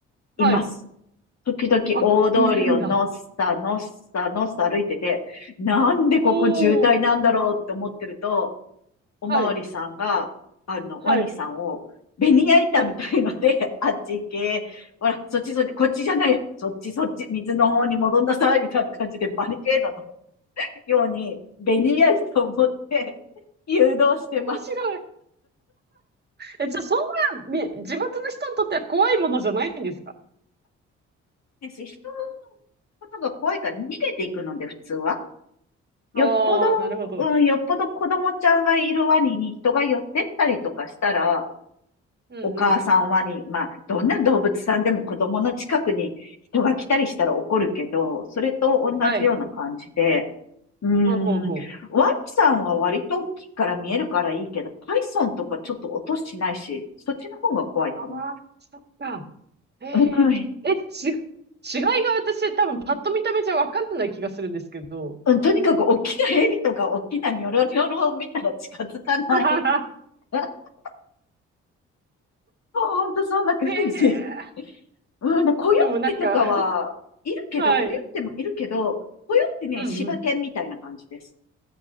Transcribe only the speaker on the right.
はい。
あ、いるんだ。
おお。
はい。
はい。
はい。
面白い。え、じゃあそんな、み、地元の人にとっては怖いものじゃないんですか
ああー、
なるほど。
うんうん。
はい。
ほうほうほ
う。ああ、そっか。えー、
え、ち、違いが私多分パッと見た目じゃわかんない気がするんですけど。
<laughs>
へえ、
でもなんか、<laughs> はい。
うんうん。